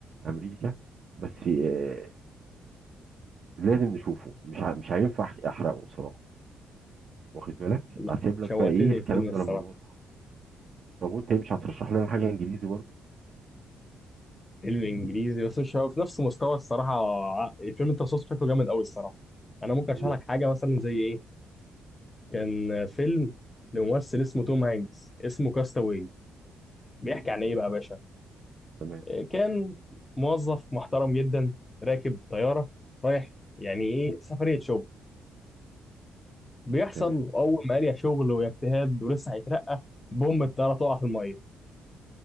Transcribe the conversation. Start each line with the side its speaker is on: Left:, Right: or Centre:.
Right: امريكا بس آه، لازم نشوفه مش ع- مش هينفع احرقه بصراحه واخد بالك
Left: لا
Right: هسيب
Left: شوقتني
Right: لك بقى ايه الكلام
Left: الفيلم الصراحه
Right: ده لما نقعد طب وانت ايه مش هترشح لنا حاجه انجليزي برضه
Left: فيلم انجليزي بس مش هو في نفس مستوى الصراحه ع- الفيلم انت وصفته شكله جامد قوي الصراحه انا ممكن اشرح
Right: مم. مم.
Left: لك حاجه مثلا زي ايه كان فيلم لممثل اسمه توم هانكس اسمه كاستاوي بيحكي عن ايه بقى يا باشا
Right: تمام
Left: إيه، كان موظف محترم جدا راكب طياره رايح يعني ايه سفريه شغل بيحصل
Right: تمام
Left: اول ما قال يا شغل ويا اجتهاد ولسه هيترقى بوم الطياره تقع في الميه